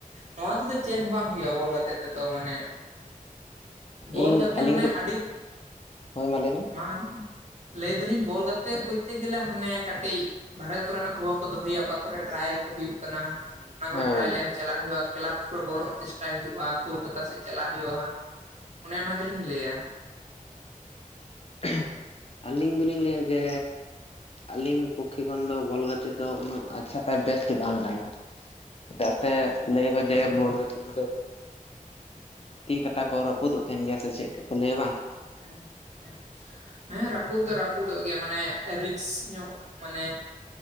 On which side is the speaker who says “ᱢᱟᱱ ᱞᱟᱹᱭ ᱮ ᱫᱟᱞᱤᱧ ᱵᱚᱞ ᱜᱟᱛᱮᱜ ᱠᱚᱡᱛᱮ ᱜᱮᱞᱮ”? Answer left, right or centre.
Right